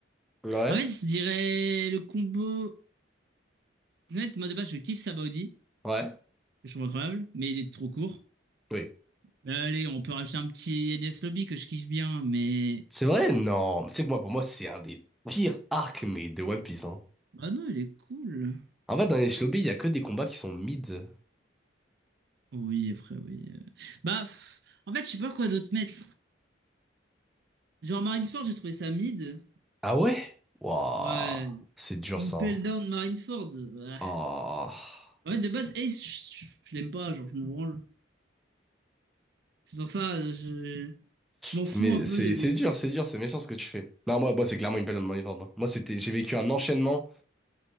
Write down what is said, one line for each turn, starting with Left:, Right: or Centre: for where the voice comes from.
Centre: Ouais?
Right: En fait, je dirais le combo... En fait, moi, de base, je kiffe Sabaody.
Centre: Ouais?
Right: que Je trouve incroyable, mais il est trop court.
Centre: Oui.
Right: Mais Allez, on peut rajouter un petit Agnès Lobby que je kiffe bien, mais...
Centre: C'est vrai? Non. Tu sais que moi, pour moi, c'est un des pires arcs, mais de One Piece, hein.
Right: Bah non, il est cool.
Centre: En fait, dans les Shinobi, il y a que des combats qui sont mid.
Right: Oui, après, oui. euh. Bah, pff, en fait, je sais pas quoi d'autre mettre. Genre Marineford, j'ai trouvé ça mid.
Centre: Ah ouais? Waouh,
Right: Ouais.
Centre: c'est dur
Right: Impel
Centre: ça. hein.
Right: Down Marineford. Ah.
Centre: Ah.
Right: Ouais, de base, Ace, je, je- je l'aime pas, genre, je m'en branle. C'est pour ça, je, je m'en
Centre: C'est-
Right: fous
Centre: Mais
Right: un peu
Centre: c'est
Right: de lui.
Centre: c'est dur, c'est dur, c'est méchant ce que tu fais. Non, moi, moi c'est clairement une période de mon hein. Moi, c'était, j'ai vécu un enchaînement.